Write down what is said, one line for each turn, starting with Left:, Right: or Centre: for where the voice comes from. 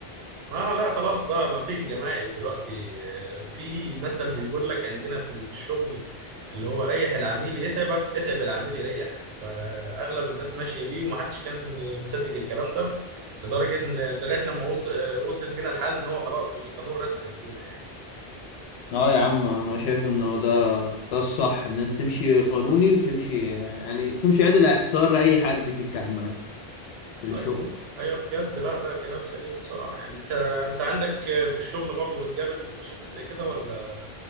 Right: اه لا خلاص بقى ما فيش جمايل دلوقتي آه، في مثل بيقول لك عندنا في الشغل اللي هو ريح العميل يتعبك اتعب العميل يريحك فاغلب الناس ماشيه بيه ومحدش كان مصدق الكلام ده لدرجه ان لغايه لما وصل وصلت بينا الحال ان هو خلاص بقى قانون رسمي عندنا يعني
Left: اه يا عم انا شايف انه ده ده الصح ان انت تمشي قانوني وتمشي يعني تمشي عدل هيحتار اي حد فيك عامة في الشغل
Right: ايوه ايوه بجد لا ده كلام سليم بصراحه يعني انت انت عندك في الشغل برضو بتقابل مشاكل زي كده ولا